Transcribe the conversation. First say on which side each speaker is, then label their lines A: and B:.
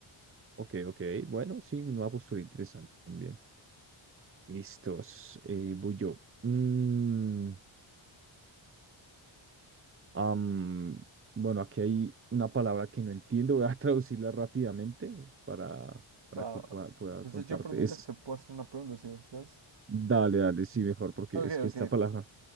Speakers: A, on the right; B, on the right.
A: Ok, ok. Bueno, sí, una postura interesante también. Listos, eh, voy yo. Mm, am, bueno, aquí hay una palabra que no entiendo, voy a <laughs> traducirla rápidamente para, para
B: Va,
A: que
B: va,
A: pueda,
B: va.
A: pueda
B: Entonces
A: contarte.
B: yo por mientras
A: Es,
B: te puedo hacer una pregunta si gustas.
A: dale, dale, sí, mejor, porque
B: Ok,
A: es que esta
B: ok.
A: palabra,